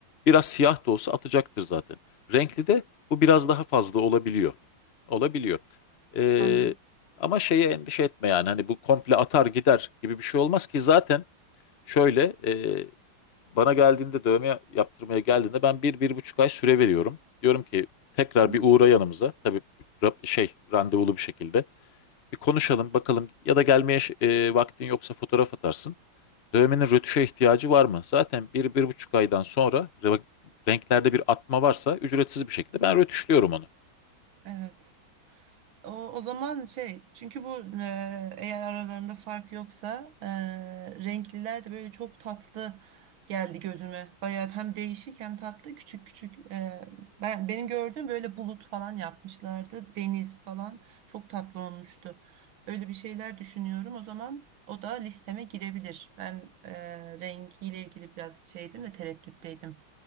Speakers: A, on the left; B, on the right.
A: biraz siyah da olsa atacaktır zaten. Renkli de bu biraz daha fazla olabiliyor. Olabiliyor. Ee,
B: Anladım.
A: ama şeye endişe etme yani hani bu komple atar gider gibi bir şey olmaz ki zaten şöyle e, bana geldiğinde dövme yaptırmaya geldiğinde ben bir, bir buçuk ay süre veriyorum. Diyorum ki tekrar
B: Hı hı.
A: bir uğra yanımıza tabii ra- şey randevulu bir şekilde bir konuşalım bakalım ya da gelmeye ş- e, vaktin yoksa fotoğraf atarsın. Dövmenin rötuşa ihtiyacı var mı? Zaten bir, bir buçuk aydan sonra re- renklerde bir atma varsa ücretsiz bir şekilde ben rötuşluyorum onu.
B: Evet. O, o zaman şey çünkü bu e, eğer aralarında fark yoksa e, renkliler de böyle çok tatlı geldi gözüme. Bayağı hem değişik hem tatlı küçük küçük. e, ben benim gördüğüm böyle bulut falan yapmışlardı. Deniz falan çok tatlı olmuştu. Öyle bir şeyler düşünüyorum. O zaman o da listeme girebilir. Ben e, rengiyle ilgili biraz şeydim de tereddütteydim.